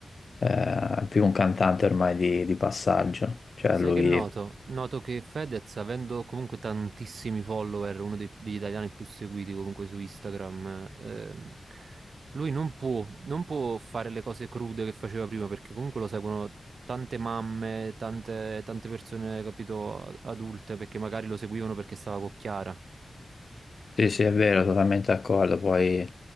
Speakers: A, on the left (about 55°); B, on the right (about 75°).
A: eh, è più un cantante ormai di, di passaggio. Cioè,
B: Sai
A: lui
B: che noto? Noto che Fedez, avendo comunque tantissimi follower, uno dei- degli italiani più seguiti comunque su Instagram, ehm, lui non può, non può fare le cose crude che faceva prima, perché comunque lo seguono tante mamme, tante, tante persone, capito, a- adulte, perché magari lo seguivano perché stava con Chiara.
A: Sì, sì, è vero, totalmente d'accordo. Poi